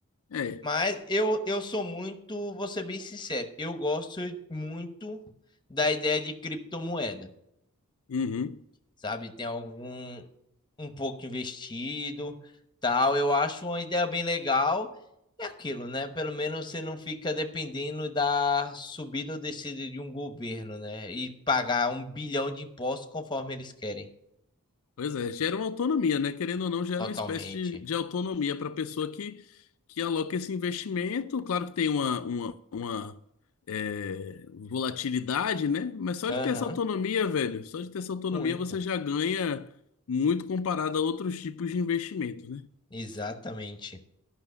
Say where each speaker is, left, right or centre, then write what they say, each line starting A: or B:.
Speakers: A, on the left; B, on the left.
A: É.
B: Mas eu, eu sou muito, vou ser bem sincero, eu gosto muito da ideia de criptomoeda,
A: Uhum.
B: sabe? Tem algum, um pouco investido, tal, eu acho uma ideia bem legal, é aquilo, né? Pelo menos você não fica dependendo da subida ou descida de um governo, né? E pagar um bilhão de impostos conforme eles querem.
A: Pois é, gera uma autonomia, né? Querendo ou não, gera
B: Totalmente.
A: uma espécie de, de autonomia para a pessoa que, que aloca esse investimento. Claro que tem uma, uma, uma, é, volatilidade, né? Mas só
B: Aham,
A: de ter essa autonomia, velho, só de ter essa autonomia
B: muito.
A: você já ganha muito comparado a outros tipos de investimento, né?
B: Exatamente.